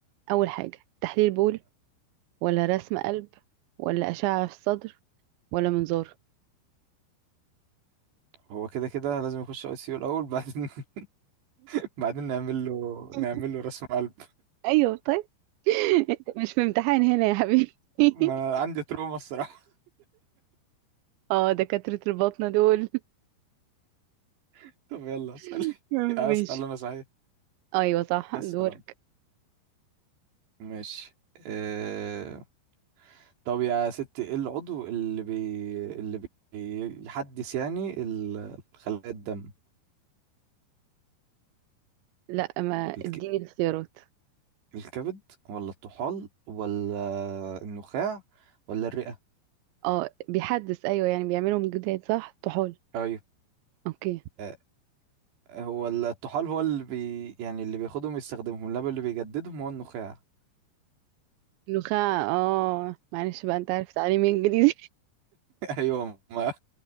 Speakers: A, on the right; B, on the right.
A: اول حاجة تحليل بول ولا رسم قلب ولا اشعة في الصدر ولا منظار
B: هو كده كده لازم يخش اي سي يو الاول بعدين <laughs> بعدين نعمل له
A: <laughs>
B: نعمل له رسم قلب
A: ايوه طيب <laughs> انت مش في امتحان هنا يا حبيبي <laughs>
B: ما انا عندي تروما الصراحه
A: اه دكاترة الباطنة دول
B: <laughs> طب يلا اسال
A: <laughs>
B: <laughs> اسال
A: ماشي
B: انا صحيح
A: ايوه صح
B: اسال
A: دورك
B: انا ماشي أه... طب يا ستي ايه العضو اللي بي... اللي بيحدث يعني ال- خلايا الدم
A: لا ما اديني
B: الك...
A: الاختيارات
B: الكبد ولا الطحال ولا النخاع ولا الرئه
A: اه بيحدث ايوه يعني بيعملهم جداد صح طحال
B: ايوه
A: اوكي
B: أه... هو الطحال هو اللي بي... يعني اللي بياخدهم يستخدمهم لا اللي بيجددهم هو النخاع
A: النخاع اه معلش بقى انت عارف تعليمي انجليزي
B: ايوه ما